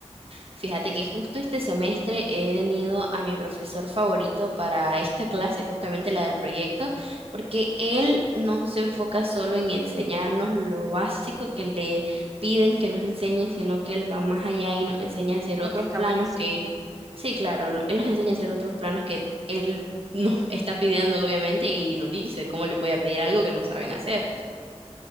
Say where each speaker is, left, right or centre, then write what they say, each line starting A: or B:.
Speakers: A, on the right (about 60°); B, on the right (about 30°).
A: Fíjate que justo este semestre he tenido a mi profesor favorito para esta clase, justamente la del proyecto, porque él no se enfoca solo en enseñarnos lo básico que le piden que nos enseñe, sino que él va más allá y nos enseña a hacer
B: Lo
A: otros
B: que está
A: planos
B: buenísimo.
A: que Sí, claro, él nos enseña a hacer otros planos que él nos está pidiendo, obviamente, y nos dice cómo le voy a pedir algo que no saben hacer.